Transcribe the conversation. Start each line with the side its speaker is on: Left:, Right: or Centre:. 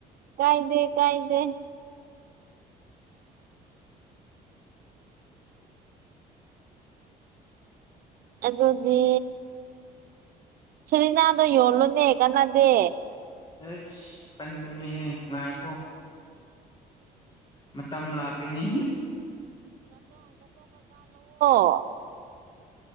Right: ꯀꯥꯏꯗꯦ ꯀꯥꯏꯗꯦ ꯑꯗꯨꯗꯤ ꯁꯔꯤꯅꯥꯗꯣ ꯌꯣꯜꯂꯨꯅꯦ ꯀꯅꯥꯗꯦ
Left: ꯑꯦ ꯀꯟꯕꯅꯤ ꯍꯦ ꯉꯀꯣ ꯃꯇꯝ ꯂꯥꯛꯀꯅꯤ
Right: ꯑꯣ